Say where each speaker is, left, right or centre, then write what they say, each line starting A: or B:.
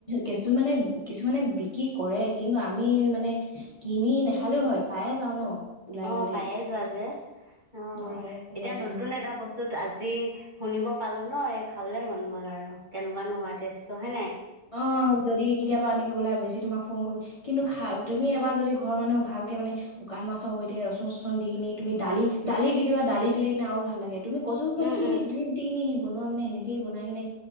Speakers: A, on the left; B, on the right.
A: কেছু মানে কিছুমানে বিক্ৰী কৰে কিন্তু আমি মানে কিনি নেখালেও হয়। পায়ে যাওঁ ন। ওলাই
B: অ
A: গ'লেই
B: পায়ে যোৱা যে অ
A: ধৰা এইফালে
B: এতিয়া
A: তোমাৰ
B: নতুন এটা বস্তুত আজি শুনিব। পালো ন এই খাবলে মন গ'ল আৰু কেনেকুৱা নো হয় টেষ্টটো হয় নাই।
A: অ যদি কেতিয়াবা এনেকে ওলাই বেছি তোমাক ফোন কৰি, কিন্তু খা তুমি এবাৰ যদি ঘৰৰ মানুহক ভালকে মানে শুকান মাছৰ সৈতে ৰচু চুন দি কিনি তুমি দালি দালি দি দিবা দালি দিলে কিনে আৰু ভাল লাগে। তুমি কচু পিপলিটো
B: উম,
A: তুমি
B: উম,
A: যি দি কিনি বনোৱা মানে সেনেকেই বনাই কিনে।